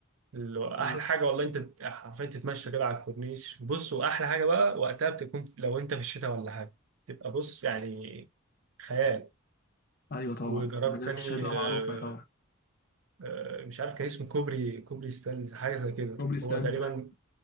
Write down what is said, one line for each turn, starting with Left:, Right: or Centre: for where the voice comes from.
Right: اللي هو احلى
Left: آه.
Right: حاجه والله انت تت- حرفيا تتمشى كده على الكورنيش بص واحلى حاجه بقى وقتها بتكون في- لو انت في الشتاء ولا حاجه تبقى بص يعني خيال
Left: ايوه طبعا
Right: وجربت
Left: اسكندريه
Right: تاني
Left: في الشتاء
Right: آه،
Left: معروفه طبعا
Right: آه، مش عارف كان اسمه كوبري كوبري ستانلي حاجه زي كده
Left: كوبري ستانلي
Right: هو تقريبا
Left: ده